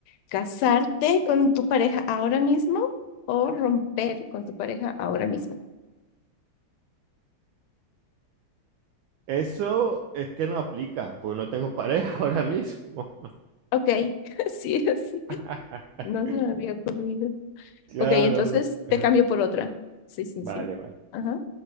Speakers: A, on the left (about 80°); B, on the right (about 75°).
A: casarte con tu pareja ahora mismo o romper con tu pareja ahora mismo?
B: Eso es que no aplica, porque no tengo pareja ahora mismo.
A: Ok, <laughs> sí, sí.
B: <laughs>
A: No se me había ocurrido.
B: Claro.
A: Ok, entonces
B: claro.
A: te cambio por otra. Sí, sí,
B: Vale,
A: sí.
B: vale.
A: Ajá.